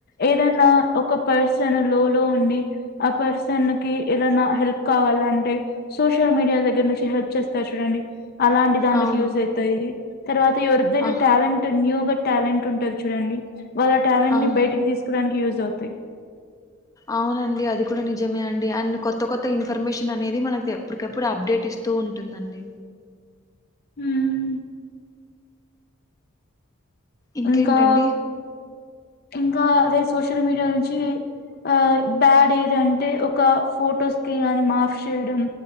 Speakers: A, on the left; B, on the left.
A: ఏదైనా ఒక పర్సన్ లో లో ఉండి ఆ పర్సన్ కి ఏదైనా హెల్ప్ కావాలంటే సోష సోషల్ మీడియా దగ్గర నుంచి హెల్ చేస్తరు చూడండి అలాంటి దాని
B: అవునా
A: కి యూజ్ అయి <unintelligible> తర్వాత ఎవరిదైనా
B: ఆ
A: టాలెంట్ న్యూగా టాలెంట్ ఉంటది చూడండి వాళ్ళ టాలెంట్
B: అవును
A: ని బయటి కి తీసుకురానికి యూస్ అవుతయి
B: అవునండి అది కూడా నిజమే అండి. అండ్ కొత్త కొత్త ఇన్ఫర్మేషన్ అనేది మనకి ఎప్పటికప్పుడు అప్డేట్ ఇస్తూ ఉంటుందండి.
A: ఉమ్
B: ఇంకేంటండి
A: ఇంకా ఇంకా, అదే సోషల్ మీడియా నుంచీ, ఆ బ్యాడ్ ఏదంటే ఒక ఫొటోస్కి కానీ మాఫ్ చేయడం,